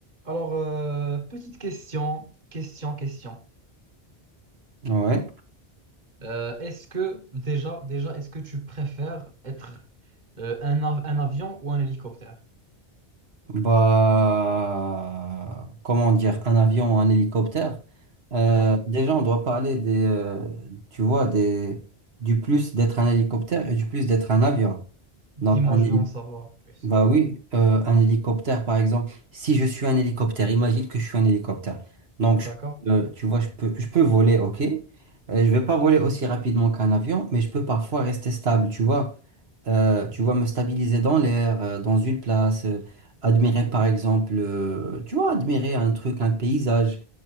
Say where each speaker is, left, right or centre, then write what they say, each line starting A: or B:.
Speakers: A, on the right; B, on the right.
A: Alors, euh, petite question, question, question.
B: Ouais,
A: Euh, est-ce que déjà, déjà, est-ce que tu préfères être euh, un, av- un avion ou un hélicoptère?
B: bah, comment dire, un avion ou un hélicoptère. Euh,
A: Ouais.
B: déjà, on doit parler des, euh, tu vois, des, du plus d'être un hélicoptère et du plus d'être un avion.
A: Dis-moi,
B: Donc, un
A: je
B: hélicoptère
A: veux en savoir plus.
B: Bah
A: Ouais.
B: oui, euh, un hélicoptère par exemple. Si je suis un hélicoptère, imagine que je suis un hélicoptère. Donc,
A: D'accord.
B: je- euh, tu vois, je peux, je peux voler, ok. Euh, je vais pas voler aussi rapidement qu'un avion, mais je peux parfois rester stable, tu vois. Euh, tu vois, me stabiliser dans l'air, euh, dans une place, euh, admirer par exemple, euh, tu vois, admirer un truc, un paysage.